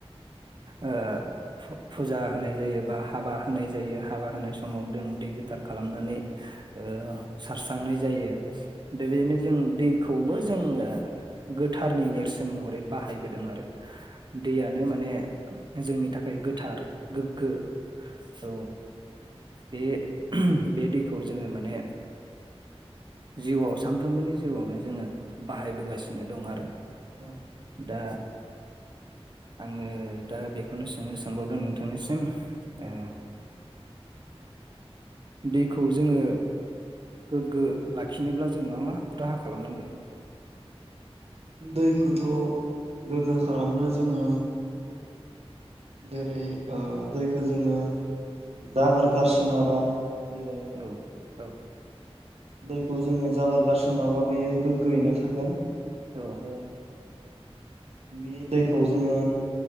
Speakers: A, on the right (about 45°); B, on the right (about 75°).
A: ओ फु फुजा होनाय जायो बा हाबा होनाय जायो हाबा होनाय समाव जों दैै गोथार खालामनानै ओ सारस्रांनाय जायो। बेबायदिनो जों दै खौबो जोङो गोथारनि नेरसोन महरै बाहायबोदों आरो दैयानो माने जोंनि थाखाय गोथार गोग्गो औ बे बे दैखौ जोङो माने जिउआव सानफ्रोमबोनि जिउआवनो जोङो बाहायबोगासिनो दं आरो
B: औ
A: दा आङो दा बेखौनो सोंनो सानबावदों नोंथांनिसिम
B: औ
A: ओ
B: <inaudible>
A: दैखौ जोङो गोग्गो लाखिनोब्ला जों मा मा राहा खालामनांगोन?
B: दैखौथ गोग्गो खालामनो जोङो जेरै ओ दैखौ जोङो जाबोर गारसोमाबा जेरै
A: औ औ
B: दैखौ जोङो जाबोर गारसोमाबा बेयो गोग्गोयैनो थागोन।
A: औ
B: आरो बे दैखौ जोङो